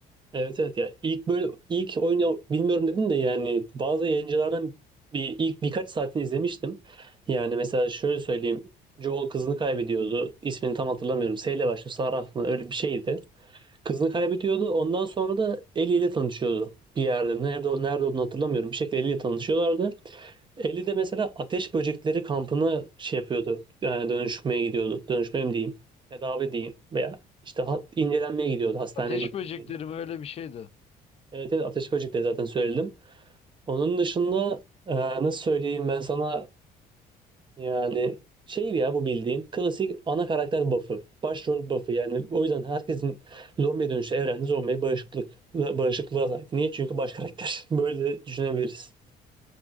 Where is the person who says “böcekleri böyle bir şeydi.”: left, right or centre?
Left